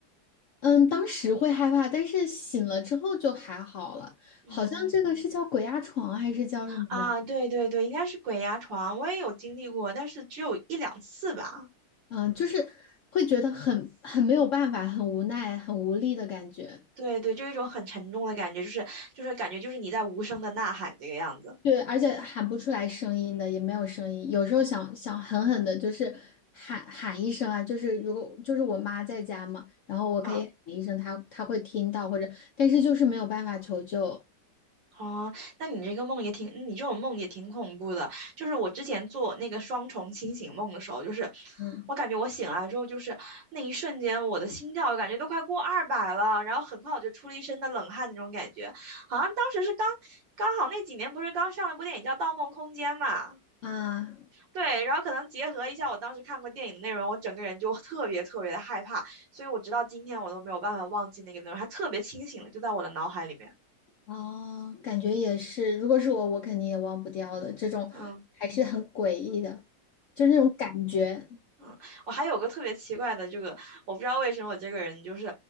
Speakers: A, on the left; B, on the right.
A: 嗯，当时会害怕，但是醒了之后就还好了。
B: 嗯，
A: 好像这个是叫鬼压床还是叫什么吧？
B: 啊，对对对，应该是鬼压床，我也有经历过，但是只有一两次吧。
A: 嗯，就是会觉得很很没有办法，很无奈，很无力的感觉。
B: 对对，就一种很沉重的感觉，就是就是感觉就是你在无声的呐喊这个样子。
A: 对，而且喊不出来声音的，也没有声音。有时候想想狠狠的，就是喊喊一声啊，就是如果就是我妈在家嘛，然后我可以喊一声，
B: 嗯，
A: 她她会听到，或者但是就是没有办法求救。
B: 哦，那你这个梦也挺，你这种梦也挺恐怖的。就是我之前做那个双重清醒梦的时候，就是
A: 嗯
B: 我感觉我醒来之后，就是那一瞬间，我的心跳感觉都快过二百了，然后很快我就出了一身的冷汗那种感觉，好像当时是刚刚好那几年不是刚上了一部电影叫《盗梦空间》嘛，
A: 啊，
B: 对，然后可能结合一下我当时看过电影的内容，我整个人就特别特别的害怕，所以我直到今天我都没有办法忘记那个内容，还特别清醒了，就在我的脑海里面，
A: 哦，感觉也是，如果是我，我肯定也忘不掉的。这种还是很诡异的，
B: 嗯。
A: 就是那种感觉，
B: 嗯，我还有个特别奇怪的这个，我不知道为什么我这个人就是，